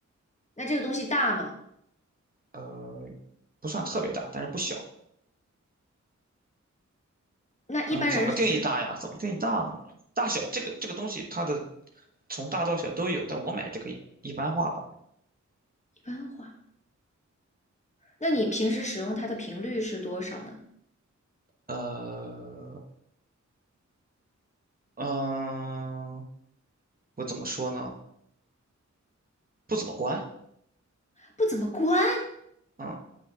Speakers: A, on the left; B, on the right.
A: 那这个东西大吗？
B: 呃，不算特别大，但是不小。
A: 那一般人是
B: 嗯、怎么定义大呀？怎么定义大呢？大小这个这个东西，它的从大到小都有，但我买这个一般化吧。
A: 一般化那你平时使用它的频率是多少呢？
B: 呃，嗯、我怎么说呢？不怎么关，
A: 不怎么关
B: 嗯，